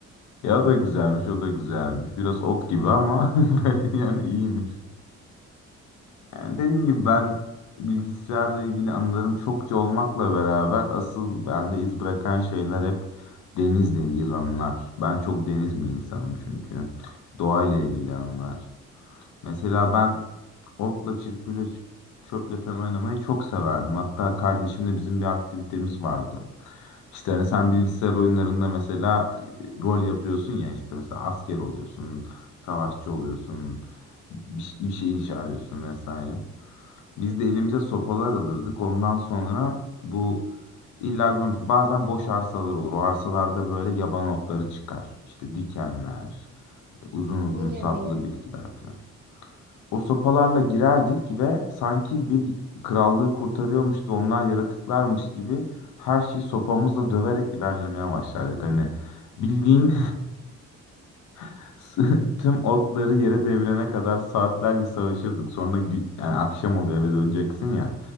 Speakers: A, on the left; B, on the right.
A: Ya o da güzelmiş, o da güzelmiş. Biraz ot gibi ama <laughs> yani iyiymiş. Yani dediğim gibi ben bilgisayarla ilgili anılarım çokça olmakla beraber asıl bende iz bırakan şeyler hep denizle ilgili anılar. Ben çok deniz bir insanım çünkü. Doğayla ilgili anılar. Mesela ben otla, çırpıyla, ç- çöple falan oynamayı çok severdim. Hatta kardeşimle bizim bir aktivitemiz vardı. İşte hani sen bilgisayar oyunlarında mesela e, rol yapıyorsun ya işte mesela asker oluyorsun, savaşçı oluyorsun, bir, bir şey inşa ediyorsun vesaire. Biz
B: Hı hı.
A: de elimize sopalar alırdık. Ondan sonra bu illa görmüş bazen boş arsalar olur. O arsalarda böyle yaban otları çıkar. İşte dikenler, uzun
B: Bilirim
A: uzun saplı
B: bilirim.
A: bitkiler falan. O sopalarla girerdik ve sanki bir krallığı kurtarıyormuş ve onlar yaratıklarmış gibi her şeyi sopamızla döverek ilerlemeye başlardık. Hani bildiğin <laughs> Tüm otları yere devirene kadar saatlerce savaşırdık. Sonra gü- yani akşam oluyor eve döneceksin ya.